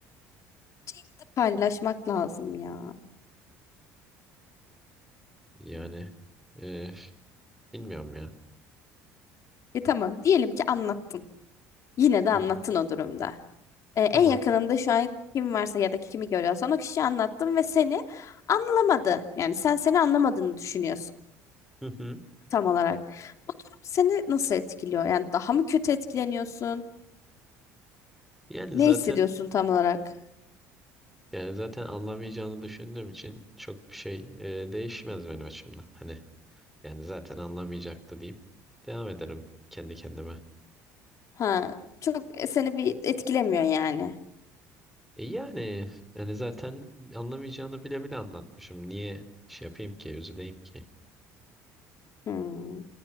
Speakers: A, on the left (about 50°); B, in the centre.
A: Yine de paylaşmak lazım ya.
B: Yani e, bilmiyorum ya.
A: E tamam diyelim ki anlattın. Yine de anlattın
B: Hı hı.
A: o durumda. E, en
B: Tamam.
A: yakınında şu an kim varsa ya da kimi görüyorsan o kişiyi anlattın ve seni anlamadı. Yani sen seni anlamadığını düşünüyorsun
B: Hı hı.
A: tam olarak. Bu durum seni nasıl etkiliyor? Yani daha mı kötü etkileniyorsun?
B: Yani
A: Ne
B: zaten
A: hissediyorsun tam olarak?
B: yani zaten anlamayacağını düşündüğüm için çok bir şey e, değişmez benim açımdan. Hani Yani zaten anlamayacaktı deyip devam ederim kendi kendime.
A: Ha, çok e, seni bir etkilemiyor yani.
B: E yani yani zaten anlamayacağını bile bile anlatmışım. Niye şey yapayım ki, üzüleyim ki?
A: Hmm.